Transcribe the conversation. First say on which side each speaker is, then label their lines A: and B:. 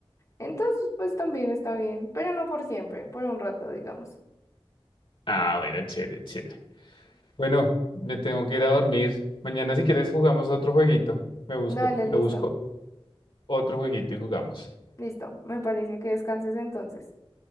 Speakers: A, on the left; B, on the left.
A: Entonces, pues también está bien, pero no por siempre, por un rato, digamos.
B: Ah, bueno, chévere, chévere. Bueno, me tengo que ir a dormir. Mañana si quieres jugamos otro jueguito. Me busco,
A: <laughs> Dale,
B: me
A: listo,
B: busco otro jueguito y jugamos.
A: listo. Me parece que descanses entonces.